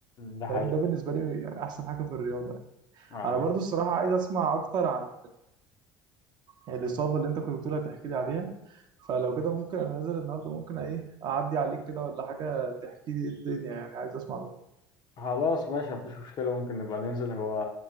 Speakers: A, on the left; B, on the right.
A: ده حقيقي
B: فاهم ده بالنسبة لي يعني احسن حاجة في الرياضة
A: آه. عليك.
B: انا برضو الصراحة عايز اسمع اكتر عن الإصابة اللي انت كنت بتقولها تحكي لي عليها فلو كده ممكن انا نازل النهارده ممكن ايه اعدي عليك كده ولا حاجة تحكي لي ايه الدنيا يعني عايز اسمع
A: خلاص ماشي مفيش مشكلة ممكن نبقى ننزل هو